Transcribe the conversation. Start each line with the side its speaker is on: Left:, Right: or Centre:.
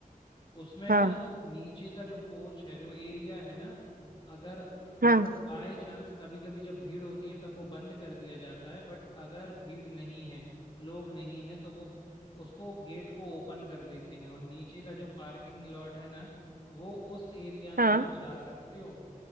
Left: उसमें
Right: हाँ
Left: ना नीचे का जो पोर्च है जो एरिया है ना अगर अ, मतलब
Right: हाँ
Left: बाय चांस कभी कभी जब भीड़ होती है तब वो बंद कर दिया जाता है बट अगर भीड़ नहीं है लोग नहीं है तो वो उसको गेट को ओपन कर देते हैं और नीचे का जो पार्किंग लॉट है ना वो उस एरिया में
Right: हाँ
Left: आप जा सकते हो